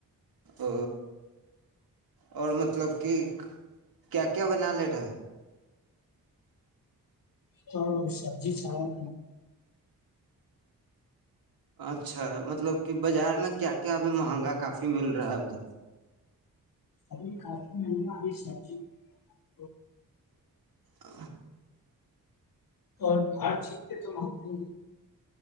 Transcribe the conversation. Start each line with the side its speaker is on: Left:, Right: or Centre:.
Right: ا اور مط مطلب کہ کیا کیا بنا لے رہے
Left: تو سا جی <unintelligible>
Right: اچھا مطلب کہ بازار میں کیا کیا ابھی مہنگا کافی مل رہا ہے ادھر
Left: ابھی س <unintelligible>
Right: ہ
Left: اور باہر سیکتے توم جی